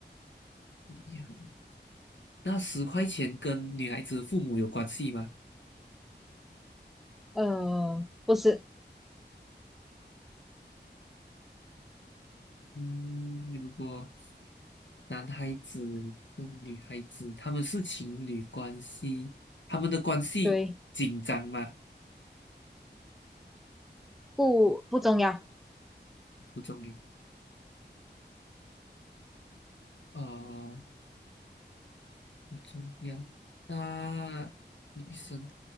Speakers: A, on the left; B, in the centre.
A: 厉害那十块钱跟女孩子父母有关系吗？
B: 呃，不是，
A: 嗯，如果男孩子跟女孩子他们是情侣关系，他们的关系紧张吗？
B: 对，不不重要。
A: 不重要，呃，不重要。那女生，